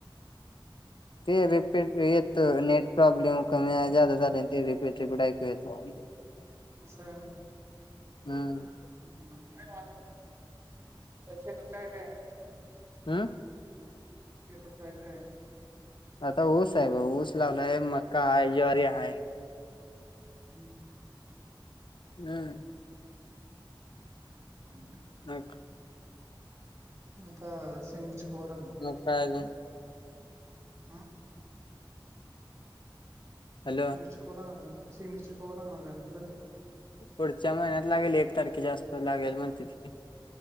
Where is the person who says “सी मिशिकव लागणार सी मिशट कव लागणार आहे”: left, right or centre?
Right